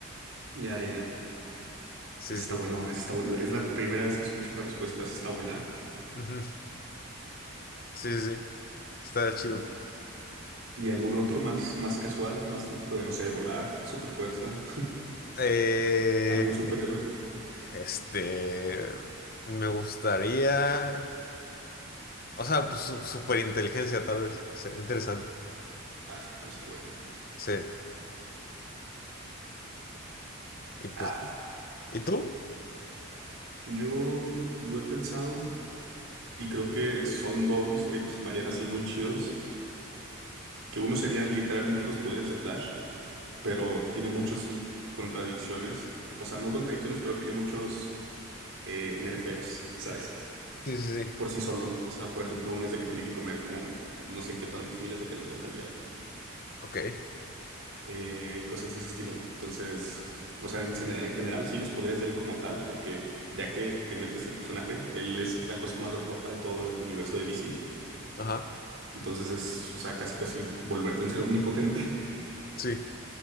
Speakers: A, on the right (about 65°); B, on the left (about 45°).
A: Ya, ya, ya.
B: Sí,
A: Ese
B: sí,
A: Está
B: sí.
A: bueno, ese está bueno. Es la primera vez que escucho esa respuesta, esa está buena.
B: Ujú. Sí, sí, sí, está chido.
A: ¿Y, y algún otro más, más casual, más típico de, no sé, volar, super fuerza,
B: Eh...
A: <laughs> algún superhéroe?
B: Este, me gustaría, o sea, pues su, superinteligencia tal vez, sería interesante.
A: Ah, ese también está bueno.
B: Sí, y pues,
A: Ah, f-
B: ¿y tú?
A: <clears throat> Yo lo he pensado y creo que son dos los que se me harían así muy chidos. que uno sería literalmente los poderes de Flash, pero tiene muchas contradicciones, o sea, no contradicciones, pero tiene muchos eh, nerfeos, <laughs> ¿sabes?
B: Sí, sí, sí.
A: Por sí solo, o sea, por ejemplo, una es de que tiene que comer como no sé qué tantos miles de calorías al día,
B: Ok,
A: eh, cosas de ese estilo. Entonces, o sea, en, gen- en general sí los poderes de él como tal, porque ya que te metes el personaje, él es la cosa más rota de todo el universo de DC.
B: ajá,
A: Entonces es, o sea, casi casi volverte un ser omnipotente.
B: sí.